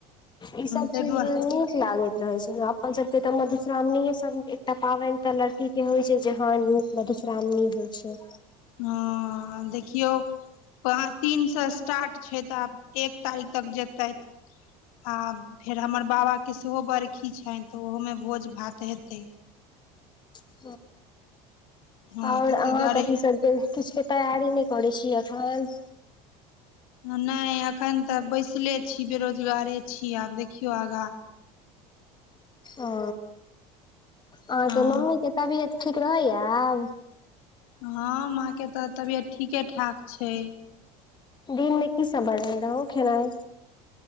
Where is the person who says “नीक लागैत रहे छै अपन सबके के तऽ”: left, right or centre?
Left